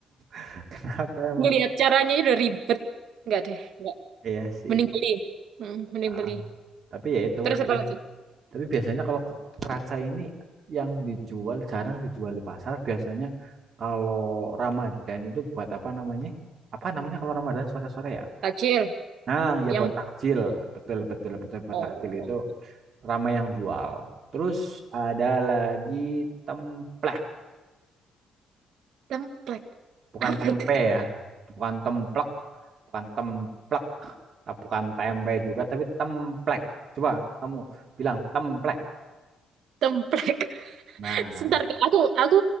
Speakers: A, on the right; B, on the right.
A: <laughs> Kenapa emang?
B: Ngelihat caranya aja udah ribet. Enggak deh, enggak.
A: Iya sih.
B: Mending beli. Mm, mending
A: Ah,
B: beli.
A: Tapi ya itu.
B: Terus apa lagi?
A: Tapi biasanya kalau ke- keraca ini yang dijual jarang dijual di pasar. Biasanya kalau Ramadan itu buat apa namanya? Apa namanya kalau Ramadan sore-sore ya?
B: Tajil
A: Nah, ya
B: yang
A: buat takjil. Betul, betul, betul buat
B: oh,
A: takjil itu ramai yang jual. Terus ada lagi templek,
B: templek.
A: bukan
B: Apa
A: tempe
B: itu, Kak?
A: ya. Bukan templek, bukan templek. Nah, Bukan tempe juga tapi templek. Coba kamu bilang templek.
B: Templek.
A: Nah,
B: Sebentar Kak, aku aku